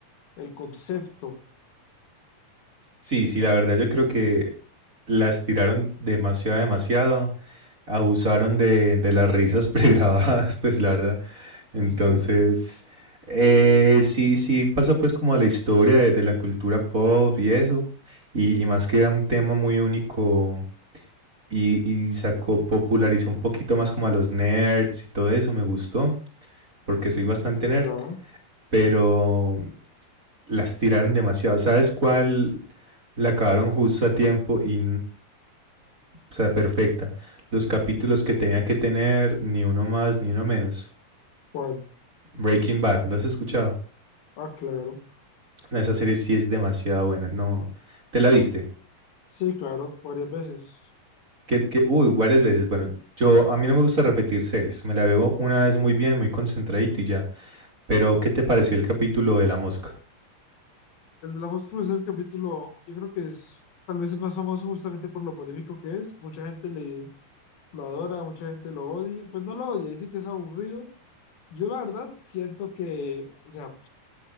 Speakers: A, on the left; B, on the right.
A: el concepto.
B: Sí, sí, la verdad yo creo que la estiraron demasiado, demasiado. Abusaron de, de las risas <laughs> pregrabadas, pues la verdad. Entonces,
A: Uy, sí,
B: eh, sí, sí, pasa pues como a la historia de, de la cultura pop y eso. Y, y más que era un tema muy único y, y sacó, popularizó un poquito más como a los nerds y todo eso, me gustó porque soy bastante
A: es verdad.
B: nerd, pero las tiraron demasiado. ¿Sabes cuál? La acabaron justo a tiempo y, o sea, perfecta. Los capítulos que tenía que tener, ni uno más, ni uno menos.
A: ¿Cuál?
B: Breaking Bad, ¿lo has escuchado?
A: Ah, claro.
B: No, Esa serie sí es demasiado buena. No, ¿te la viste?
A: Sí, claro, varias veces.
B: Que, que, uy, varias veces. Bueno, yo a mí no me gusta repetir series. Me la veo una vez muy bien, muy concentradito y ya. Pero, ¿qué te pareció el capítulo de la mosca?
A: El de la mosca pues, es el capítulo, yo creo que es tal vez el más famoso justamente por lo polémico que es. Mucha gente le, lo adora, mucha gente lo odia. Pues no lo odia, dice que es aburrido. Yo la verdad siento que, o sea,